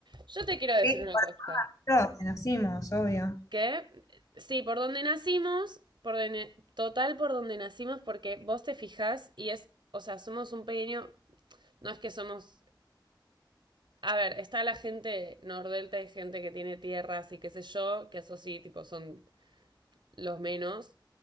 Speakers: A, on the right; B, on the left.
A: yo te quiero decir
B: Sí.
A: una cosa.
B: Todos conocimos, obvio.
A: Que eh, sí, por donde nacimos, por donde- total por donde nacimos, porque vos te fijás y es, o sea, somos un pequeño, no es que somos, a ver, está la gente nordelta, hay gente que tiene tierras y qué sé yo, que eso sí, tipo, son los menos,